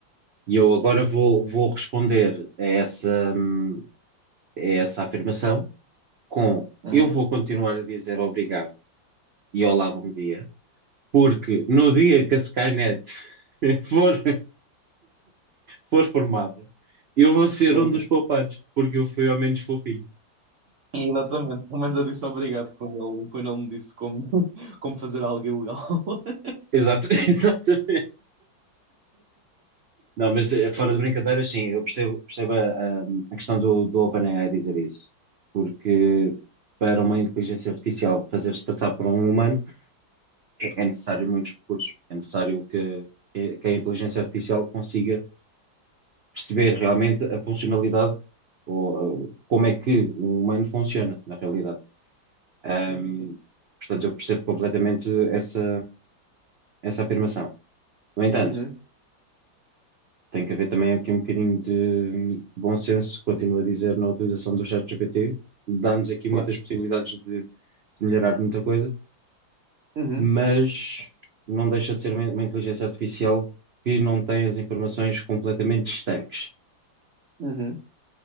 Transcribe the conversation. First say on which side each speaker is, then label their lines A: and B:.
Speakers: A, on the right (about 65°); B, on the right (about 50°).
A: E eu agora vou, vou responder a essa, hum, a essa afirmação com
B: Uhum.
A: eu vou continuar a dizer obrigado e olá, bom dia, porque no dia que a Skynet <laughs> for, for formada, eu vou ser
B: Sim,
A: um dos
B: sim.
A: poupados, porque eu fui ao menos fofinho.
B: Exatamente. Pelo menos eu disse obrigado quando ele, quando ele me disse como, <laughs> como fazer algo ilegal. <laughs>
A: Exato, <laughs> exato. Não, mas eh, fora
B: Pronto.
A: de brincadeiras, sim, eu percebo, percebo a, a- a questão do, do OpenAI dizer isso, porque para uma inteligência artificial fazer-se passar por um humano é, é necessário muitos recursos, é necessário que, que que a inteligência artificial consiga perceber realmente a funcionalidade ou eh, como é que um humano funciona na realidade. Ahm,
B: Sim, sim, sim.
A: portanto, eu percebo completamente essa, essa afirmação. No entanto,
B: Uhum,
A: Tem que haver também aqui um bocadinho de bom senso, continuo a dizer, na utilização do ChatGPT. Dá-nos aqui muitas
B: claro.
A: possibilidades de, de melhorar muita coisa,
B: Uhum,
A: mas não deixa de ser uma, uma inteligência artificial que não tem as informações completamente estanques.
B: uhum.